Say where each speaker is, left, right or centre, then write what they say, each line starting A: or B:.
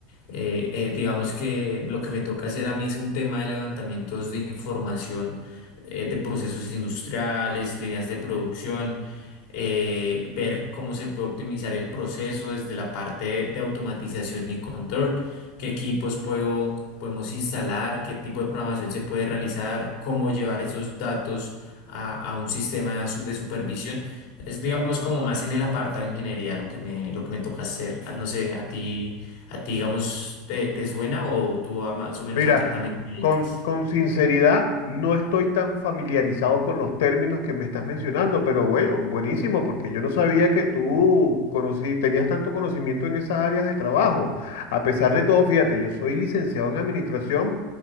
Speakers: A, on the left; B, on the left.
A: Eh, eh, digamos que lo que me toca hacer a mí es un tema de levantamientos de información eh, de procesos industriales, líneas de producción, eh, ver cómo se puede optimizar el proceso desde la parte de, de automatización y control, qué equipos puedo, podemos instalar, qué tipo de programación se puede realizar, cómo llevar esos datos a, a un sistema su- de supervisión. Es, digamos, como más en el apartado de ingeniería lo que me, lo que me toca hacer. No sé, a ti. ¿A ti, digamos, te, te suena o tú a más o menos
B: Mira,
A: a qué también te dedicas?
B: con, con sinceridad, no estoy tan familiarizado con los términos que me estás mencionando, pero bueno, buenísimo, porque yo no sabía que tú conocí, tenías tanto conocimiento en esas áreas de trabajo. A pesar de todo, fíjate, yo soy licenciado en administración